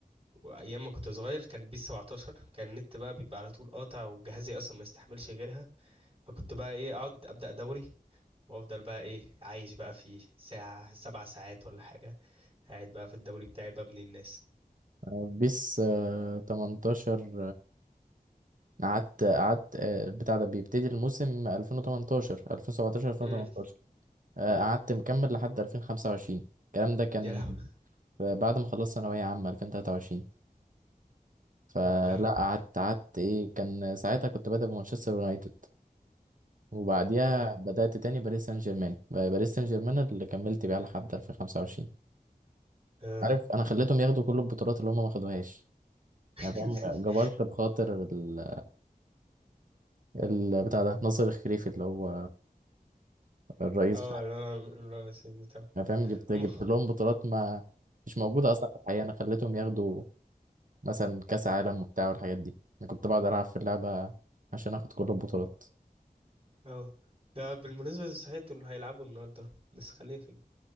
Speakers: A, on the right (about 35°); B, on the right (about 60°).
A: ايام ما كنت صغير كان بيس 17 كان النت بقى بيبقى على طول قاطع وجهازي اصلا ما يستحملش غيرها فكنت بقى ايه اقعد ابدأ دوري وافضل بقى ايه عايش بقى فيه ساعة سبع ساعات ولا حاجة قاعد بقى في الدوري بتاعي ببني الناس
B: آه، بيس آه، 18 قعدت قعدت آه، البتاع ده بيبتدي الموسم 2018 2017 2018
A: امم
B: آه،
A: امم
B: قعدت مكمل لحد 2025 الكلام ده كان
A: يا لهوي
B: بعد ما خلصت ثانوية عامة 2023 فلا
A: يا لهوي
B: قعدت قعدت ايه كان ساعتها كنت بادئ بمانشستر يونايتد وبعديها
A: اه
B: بدأت تاني باريس سان جيرمان آه، باريس سان جيرمان اللي كملت بيها لحد 2025
A: اه
B: عارف انا خليتهم ياخدوا كل البطولات اللي هم ما خدوهاش
A: <laughs>
B: يعني فاهم جبرت بخاطر ال... ال... بتاع ده ناصر الخليفي اللي هو الرئيس
A: اه لا الرئيس بتاعه
B: انا فاهم جبت
A: هم
B: جبت لهم بطولات ما مش موجوده اصلا في الحقيقه انا خليتهم ياخدوا مثلا كاس عالم وبتاع والحاجات دي انا كنت بقعد العب في اللعبه عشان اخد كل البطولات
A: اه ده بالمناسبة صحيح دول هيلعبوا النهاردة بس خلينا في